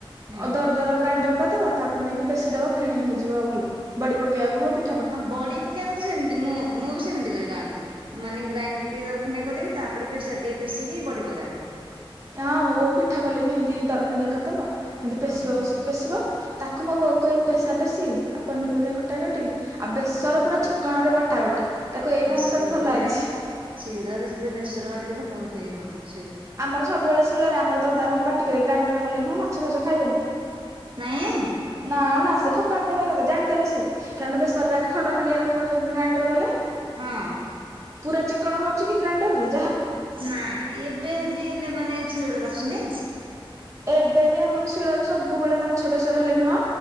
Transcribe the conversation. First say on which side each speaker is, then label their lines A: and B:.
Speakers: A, on the right; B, on the right.
A: ହୁଁ
B: ଅଦରଦର ଗ୍ରାଇଣ୍ଡର କରିଦବ ତାପରେ ନେଇକି ପେଶି ଦବ ଫେଣେଇ ହେଇଯିବ ଭଲ ବଡି ପକେଇବାକୁ ହବ ପି
A: ହଁ ବଡି ପକେଇବା କଥା ସେମିତି ମୁଁ ମୁଁ ବି ସେମିତି କରେ ଗାଁଠି ମାନେ ଗ୍ରାଇଣ୍ଡର ଟିକେ ଦରଖଣ୍ଡିଆ କରିଦେବି ତାପରେ ପେସାରେ ଟିକେ ପେସିକି ବଡ଼ି ପକାଏ।
B: ହଁ ମୋ ବୋଉ ପିଠା କଲେ ବି ହେମିତି ଦରଖଣ୍ଡିଆ କରିଦବ ‌ହେମିତି ପେଶିବ
A: ଓହୋ
B: ବସିକି ପେଶିବ ତାକୁ ମୋ ବୋଉକୁ ଏ ପେସା ପେଶି ପନିପରିବା କଟା କଟି ଆଉ ବେସର
A: ହଉ
B: ପୁରା ଚିକ୍କଣରେ ବଟା ବାଟି ତାକୁ ଏଇ
A: ହଁ
B: କାମ
A: ଶିଳରେ
B: ତାକୁ ଭଲ ଆଇଛି।
A: ଶିଳରେ ସେଥିରେ ବେସର ବାଟିଲେ ନା ବହୁତ ଇଏ ହୁଅନ୍ତା।
B: ଆମର ସବୁବେଳେ ଶିଳରେ ଆମର ତ ଦଦା ନହେଲେ ପାଟିିକରିବେ ଗ୍ରାଇଣ୍ଡର କଲେ ନୁହଁ ମାଛ ଫାଛ ଖାଇବେନି।
A: ନାଇଁ ହେ।
B: ନା ନା ସେ ଫୋପାଡିଦେବେ ଏକଥରେ ଜାଣିଦେବେ ସିଏ। କାରଣ ବେସରା ଖଣ୍ଡ ଖଣ୍ଡିଆ ରହିବ ତାକୁ ଗ୍ରାଇଣ୍ଡର କଲେ।
A: ହଁ।
B: ପୁରା ଚିକ୍କଣ ହୋଉଛି କି ଗ୍ରାଇଣ୍ଡରରେ?
A: ନା ଏବେ ବି ହେଲେ ମାନେ ଶିଳରେ ବାଟୁଛନ୍ତି।
B: ଏବେ ବି ଆମର ଶିଳରେ ସବୁବେଳେ ମାଛ ବେସର ହେଲେ ନୁହଁ